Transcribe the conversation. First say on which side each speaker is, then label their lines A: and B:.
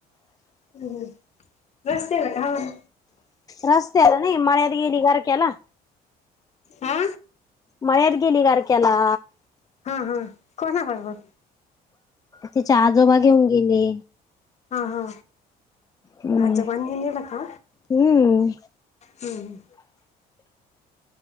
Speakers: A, on the left; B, on the left.
A: हो रस्तेला घावन.
B: रस्तेला नई मल्यात गेली घारकेला.
A: हा
B: मळ्यात गेली गार के्याला
A: हा हा कोणा बरोबर.
B: तिचे आजोबा घेऊन गेले.
A: हा हा
B: हम्म
A: आजोबांनी नेलं का.
B: हम्म
A: हम्म